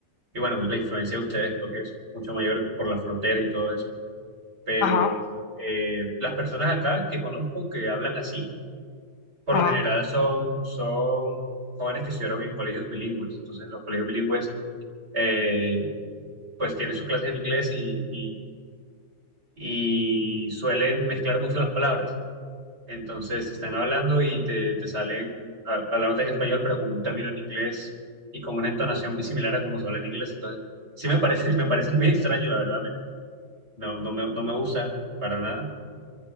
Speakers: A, on the right (about 40°); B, on the left (about 80°).
A: Y bueno, la influencia de ustedes creo que es mucho mayor por la frontera y todo eso. Pero
B: ajá.
A: eh, las personas acá que conozco que hablan así, por
B: Ajá,
A: lo general
B: ajá,
A: son, son jóvenes que estudiaron en colegios bilingües. Entonces, los colegios bilingües eh, pues tienen sus clases en inglés y, y, y suelen mezclar mucho las palabras. Entonces están
B: Mm,
A: hablando y te, te salen a- hablándote en español, pero con un término en inglés y con una entonación muy similar a como se habla en inglés. Entonces, sí me parece, <laughs> me parece muy extraño, la verdad. me- no, no me, no me gusta para nada.